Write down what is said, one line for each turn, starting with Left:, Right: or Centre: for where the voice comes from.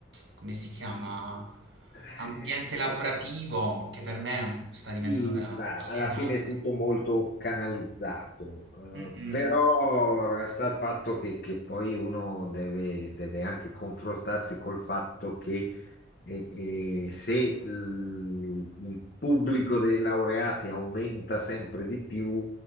Right: come si chiama,
Left: eh,
Right: ambiente lavorativo che per me sta diventando
Left: sì,
Right: vera-
Left: va,
Right: alienante.
Left: alla fine è tutto molto canalizzato,
Right: Mm-mm.
Left: eh, però resta il fatto che, che poi uno deve, deve anche confrontarsi col fatto che E, e se il, il pubblico dei laureati aumenta sempre di più,